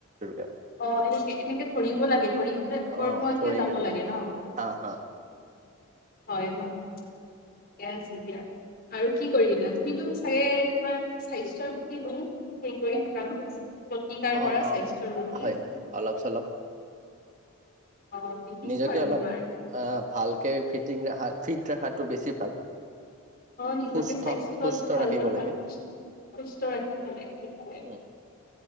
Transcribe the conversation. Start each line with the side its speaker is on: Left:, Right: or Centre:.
Right: কাৰণে
Left: অ এনেকে এনেকে ধৰিব লাগে ধৰি পেলাই উপৰ
Right: অ
Left: মুৱাকে
Right: থৰি
Left: যাব লাগে ন?
Right: হা হা
Left: হয় হয় থিকে আছে দিয়া আৰু কি কৰিলা তুমিতো চাগে তোমাৰ স্বাস্থ্যৰ প্ৰতি বহুত সেই কৰি থাক ন প্ৰতিকাৰ
Right: অ
Left: কৰা
Right: অ
Left: স্বাস্থ্যৰ প্ৰতি
Right: হয় হয় অলপ চলপ
Left: অ' দেখিছো
Right: নিজকে
Left: বাৰু
Right: অলপ
Left: তোমাৰ।
Right: অ' ভালকে ফিটিং ৰাখা ফিট ৰাখাটো বেছি ভাল।
Left: অ' নিজকে
Right: সুস্থ
Left: স্বাস্থ্যটো
Right: সুস্থ
Left: ভাল
Right: ৰাখিব
Left: ৰখাত
Right: লাগে
Left: সুস্থ ৰাখিব লাগে সেইটোয়ে
Right: উম